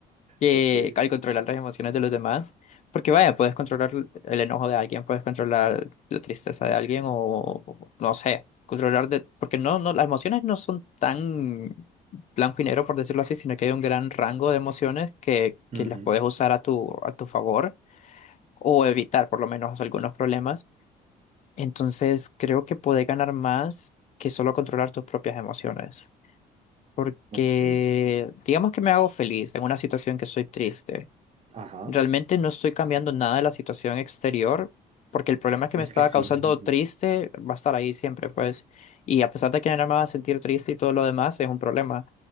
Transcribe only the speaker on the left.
que
al controlar las emociones de los demás. Porque vaya, puedes controlar el enojo de alguien, puedes controlar la tristeza de alguien o no sé, controlar de... Porque no, no, las emociones no son tan blanco y negro, por decirlo así, sino que hay un gran rango de emociones que,
que las puedes usar a tu, a tu favor o evitar por lo menos algunos problemas. Entonces creo que podés ganar más que solo controlar tus propias emociones. Porque
digamos que me hago feliz en una situación que estoy triste.
Realmente no estoy cambiando nada de la situación exterior, porque el problema que
me estaba
causando
triste va a estar ahí siempre, pues. Y a pesar de que no me va a sentir triste y todo lo demás, es un problema.